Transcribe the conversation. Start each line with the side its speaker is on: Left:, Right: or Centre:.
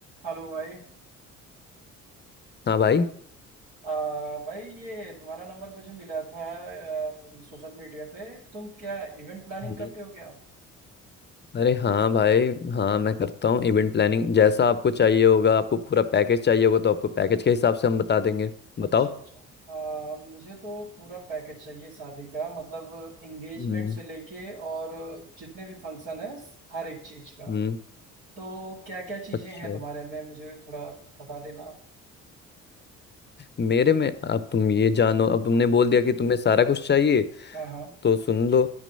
Right: हेलो भाई
Left: हाँ भाई
Right: आ, भाई ये तुम्हारा नंबर मुझे मिला था आ, सोशल मीडिया पे तुम क्या इवेंट प्लानिंग
Left: हम्म।
Right: करते हो क्या
Left: अरे हाँ भाई हाँ मैं करता हूँ इवेंट प्लानिंग जैसा आपको चाहिए होगा आपको पूरा पैकेज चाहिए होगा तो आपको पैकेज के हिसाब से हम बता देंगे
Right: अच्छा
Left: बताओ
Right: अच्छा आ, मुझे तो पूरा पैकेज चाहिए शादी का मतलब एंगेजमेंट
Left: हम्म
Right: से लेके और जितने भी फंक्शन है हर एक चीज का
Left: हम्म
Right: तो क्या क्या चीजें
Left: अच्छा
Right: हैं तुम्हारे में मुझे थोड़ा बता देना
Left: मेरे में अब तुम ये जानो अब तुमने बोल दिया कि तुम्हें सारा कुछ चाहिए
Right: हाँ हाँ
Left: तो सुन लो